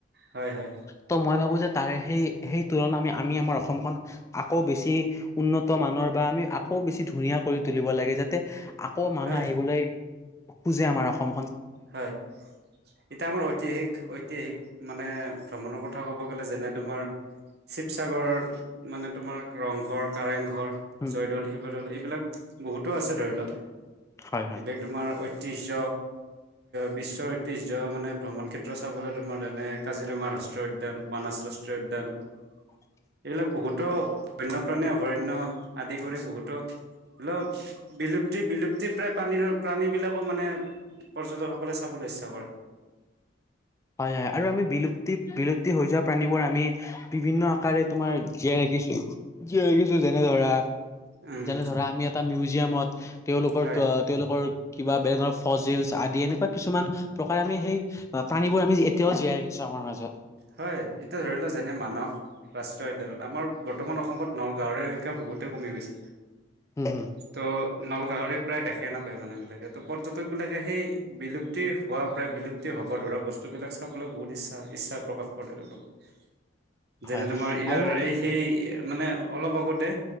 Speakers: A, on the right (about 60°); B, on the left (about 15°).
A: হয় হয়
B: ত মই ভাবো যে তাৰে সেই সেই তুলনাত আমি আমাৰ অসমখন আকৌ বেছি উন্নত মানৰ বা আমি আকৌ বেছি ধুনীয়া কৰি ত- তুলিব লাগে যাতে আকৌ মানুহ
A: হয়
B: আহিবলৈ খোজে আমাৰ অসম
A: হয়, এতিয়া আমাৰ ঐতিহাসিক ঐতিহাসিক মানে ভ্ৰমণৰ কথা ক'ব গ'লে যেনে তোমাৰ শিৱ- শিৱসাগৰ মানে তোমাৰ ৰংঘৰ, কাৰেংঘৰ,
B: উম,
A: জয়দৌল, শিৱদৌল এইবিলাক বহুতো আছে ধৰি লও
B: হয় হয়
A: এইবিলাক তোমাৰ ঐতিহ্য বিশ্বৰ ঐতিহ্য মানে ভ্ৰমণ ক্ষেত্ৰ চাবলৈ তোমাৰ এনে কাজিৰঙা ৰাষ্ট্ৰীয় উদ্যান, মানছ ৰা- ষ্ট্ৰ উদ্যান
B: <inaudible>
A: এইবিলাক বহুতো বন্যপ্ৰাণীয়ে অভয়াৰণ্য আদি কৰি বহুতো ধৰি লওঁক বিলুপ্তি বিলুপ্তি প্ৰায় পানীৰ প্ৰাণী বিলাকো মানে পৰ্যটকসকলে চাবলে ইচ্ছা কৰে।
B: হয় হয় আৰু আমি বিলুপ্তি বিলুপ্তি হৈ যোৱা প্ৰাণীবোৰ আমি বিভিন্ন আকাৰে তোমাৰ জীয়াই ইছ ইছ জিয়ই গৈছে যেনে ধৰা
A: উম
B: যেনে ধৰা আমি এটা মিউজিয়ামত তেওঁলোকৰ
A: হয়
B: তেওঁলোকৰ কিবা বেলেগ ধৰণৰ ফজিলচ আদি এনেকুৱা কিছুমান প্ৰকাৰে আমি সেই প্ৰাণীবোৰ আমি এতিয়াও জীয়াই ৰাখিছো আমাৰ মাজত।
A: হয় এতিয়া ধৰি লও যেনে মানস ৰাষ্ট্ৰীয় উদ্যানত আমাৰ বৰ্তমান অসমত নলগাহৰি সংখ্যা বহুতেই কমি গৈছে।
B: হম হম
A: ত' নল গাহৰি প্ৰায় দেখাই নাপায় মানুহ বিলাকে তো পৰ্যটক বিলাক সেই বিলুপ্তি হোৱা বা বিলুপ্তি হ'ব ধৰা বস্তুবিলাক চাবলৈ বহুত ইচ্ছা ইচ্ছা প্ৰকাশ পৰটেল আৰু অলপ যেনে
B: হয়
A: তোমাৰ
B: আৰু
A: এই সেই মানে অলপ আগতে